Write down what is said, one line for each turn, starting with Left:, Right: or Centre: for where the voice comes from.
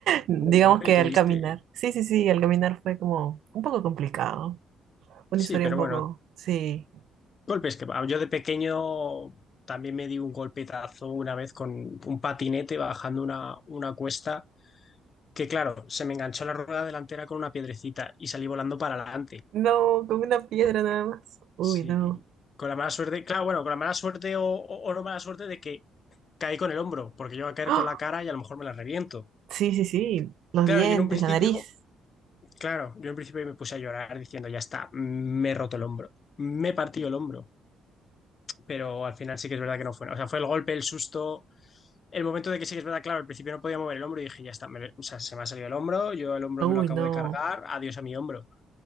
Right: Digamos
Left: buen golpe
Right: que
Left: te
Right: al
Left: diste.
Right: caminar. Sí, sí, sí, al caminar fue como un poco complicado. Una
Left: Sí,
Right: historia
Left: pero
Right: un poco,
Left: bueno,
Right: sí.
Left: golpes que... Yo de pequeño también me di un golpetazo una vez con un patinete bajando una, una cuesta. que claro, se me enganchó la rueda delantera con una piedrecita y salí volando para adelante.
Right: No, con una piedra nada más. Uy,
Left: Sí.
Right: no.
Left: Con la mala suerte, claro, bueno, con la mala suerte o, o- o no mala suerte de que caí con el hombro, porque yo iba a caer
Right: ¡Ah!
Left: con la cara y a lo mejor me la reviento.
Right: Sí, sí, sí. Los
Left: Claro,
Right: dientes,
Left: yo en un principio,
Right: la nariz.
Left: claro, yo en un principio me puse a llorar diciendo, ya está, me he roto el hombro, me he partido el hombro, pero al final sí que es verdad que no fue, o sea, fue el golpe, el susto, el momento de que sí que es verdad, claro, al principio no podía mover el hombro y dije, ya está, me- o sea, se me ha salido el hombro, yo el hombro
Right: Uy,
Left: me lo acabo
Right: no.
Left: de cargar, adiós a mi hombro.